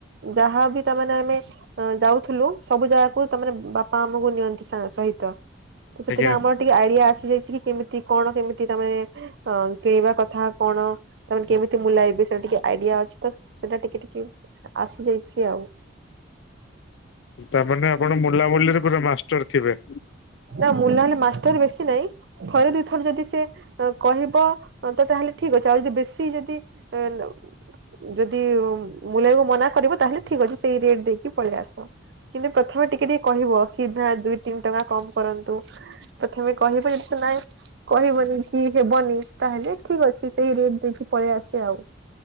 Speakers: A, on the right (about 60°); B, on the left (about 65°).
A: ଯାହା ବି ତାମାନେ ଆମେ ଅ ଯାଉଥିଲୁ ସବୁ ଜାଗାକୁ ତା ମାନେ ବାପା ଆମକୁ ନିଅନ୍ତି ସହିତ।
B: ଆଜ୍ଞା
A: ତ ସେଥିପାଇଁ ଆମର ଟିକେ ଆଇଡିଆ ଆସିଯାଇଛି କି କେମିତି କଣ କେମିତି ତମେ ଅ କିଣିବା କଥା କଣ? ତମାନେ କେମିତି ମୁଁଲାଇବି ସେଟା ଟିକେ ଆଇଡିଆ ଅଛି ତ ସେଇଟା ଟିକେ ଟିକେ ଆସିଯାଇଛି ଆଉ।
B: ତାମାନେ ଆପଣ ବୁଲାବୁଲିରେ ପୁରା ମାଷ୍ଟର ଥିବେ।
A: ନା ମୁଁ ବୁଲାବୁଲି ମାଷ୍ଟର ବେଶୀ ନାହିଁ। ଥରେ ଦୁଇଥର ଯଦି ସେ କହିବ ତ ତାହେଲେ ଠିକ ଅଛି ଆଉ ଯଦି ବେଶୀ ଯଦି ହେଲେ ଯଦି ମୂଲେୟାକୁ ମନା କରିବ ତାହେଲେ ଠିକ ଅଛି। ସେଇ ରେଟ ଦେଇକି ପଳେଇ ଆସ। କିନ୍ତୁ ପ୍ରଥମେ ଟିକ କେ କହିବ କି ଧା ଦୁଇ ତିନି ଟଙ୍କା କମ କରନ୍ତୁ ପ୍ରଥମେ କହିବ ଯଦି ସେ ନାଇଁ ଠି କହିବନି କି ହେବନି ତାହେଲେ ଠିକ ଅଛି ସେଇ ରେଟ ଦେଇକି ପଳେଇ ଆସେ ଆଉ।